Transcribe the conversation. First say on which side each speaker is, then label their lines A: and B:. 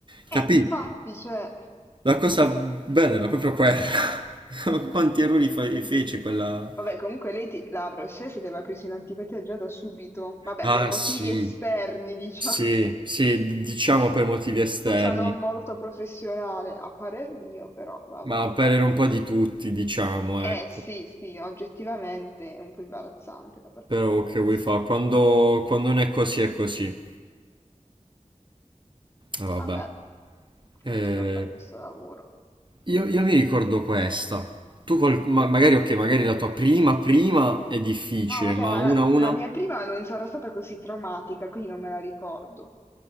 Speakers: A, on the right; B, on the left.
A: Capì?
B: Eh, infatti, cioè...
A: La cosa bella era proprio quella. <laughs> Quanti errori fe- fece quella...
B: Vabbè, comunque lei, ti- la professoressa ti aveva preso in antipatia già da subito. Vabbè,
A: Ah
B: per motivi
A: sì,
B: esterni, diciamo.
A: sì, sì, d- diciamo per motivi esterni,
B: Cosa non molto professionale, a parer mio, però vabbè.
A: ma per errore un po' di tutti, diciamo,
B: Eh
A: ecco.
B: sì, sì, oggettivamente è un po' imbarazzante da parte
A: Però
B: di una professoressa.
A: che vuoi fare? Quando, quando non è così è così. Ah, Vabbè.
B: Vabbè,
A: Eh,
B: continuo a fare questo lavoro.
A: io, io mi ricordo questa. Tu col- ma- magari, ok, magari la tua prima prima è difficile,
B: No, vabbè,
A: ma
B: ma
A: una
B: la,
A: a una?
B: la mia prima non sarà stata così traumatica, quindi non me la ricordo.